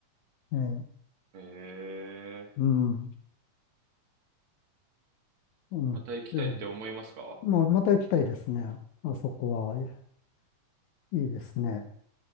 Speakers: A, on the left; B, on the right.
A: ええ、
B: へえ。
A: うん。うん。
B: また行きたいって思いますか
A: ええ、まあ、また行きたいですね。あそこは、いいいですね。